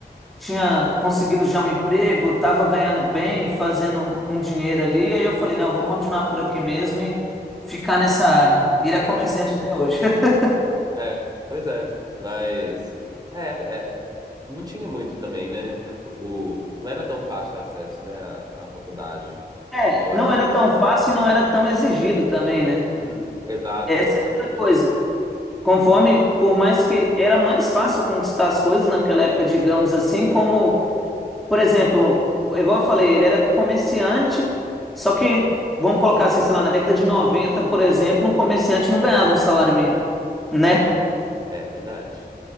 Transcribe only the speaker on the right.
É, pois é, mas é, é, não tinha muito também, né? O, não era tão fácil o acesso, né, à, à faculdade,
igual
é hoje.
Uhum. Exato,
exatamente.
É, é verdade.